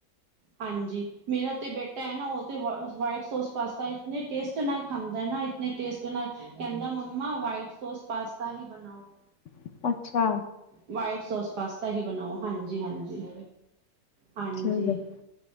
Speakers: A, on the right; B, on the left.
A: ਹਾਂਜੀ ਮੇਰਾ ਤੇ ਬੇਟਾ ਹੈ ਨਾ ਉਹ ਤੇ, ਵਾਈਟ ਸੋਸ ਪਾਸਤਾ ਇਤਨੇ ਟੇਸਟ ਨਾਲ ਖਾਂਦਾ ਨਾ ਇਤਨੇ ਟੇਸਟ ਨਾਲ ਕਹਿੰਦਾ ਮੰਮਾ ਵਾਈਟ ਸੋਸ ਪਾਸਤਾ ਹੀ ਬਣਾਓ
B: ਹੈ ਅੱਛਾ
A: ਵਾਈਟ ਸੋਸ ਪਾਸਤਾ ਹੀ ਬਣਾਓ। ਹਾਂਜੀ ਹਾਂਜੀ ਹਾਂਜੀ,
B: ਠੀਕ ਹੈ